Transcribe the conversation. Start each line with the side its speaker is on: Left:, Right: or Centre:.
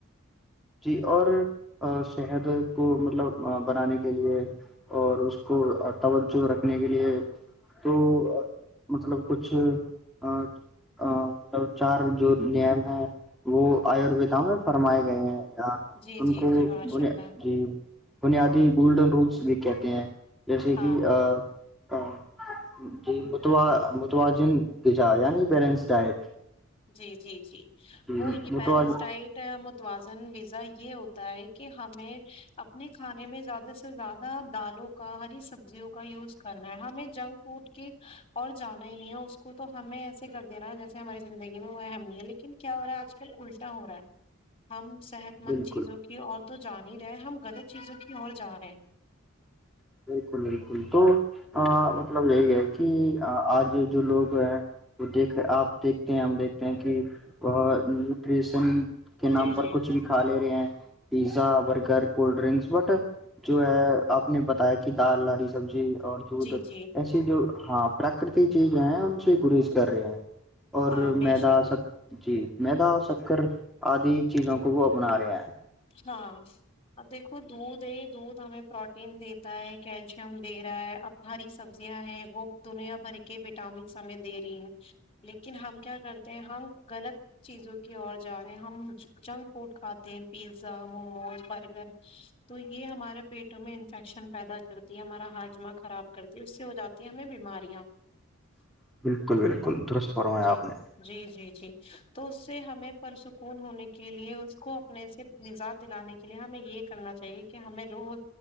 Centre: <unintelligible> <unintelligible>
Left: جی جی جی ماشاء اللہ
Centre: <unintelligible>
Left: ہاں ہاں
Centre: <inaudible> <unintelligible>
Left: <unintelligible>
Centre: جی متوازن
Left: <unintelligible> <unintelligible> <unintelligible> <unintelligible>
Centre: بالکل
Left: <unintelligible>
Centre: <unintelligible> <unintelligible>
Left: جی جی
Centre: <unintelligible> <unintelligible>
Left: جی جی
Centre: <unintelligible> <unintelligible>
Left: ہاں بے
Centre: <unintelligible>
Left: شک
Centre: <unintelligible>
Left: <unintelligible> <unintelligible> <unintelligible> <unintelligible>
Centre: <unintelligible> <unintelligible>
Left: جی جی <unintelligible> <unintelligible> اپنے سے مزات دلانے کے لیے ہمیں یہ کرنا چاہیے کہ ہمیں روز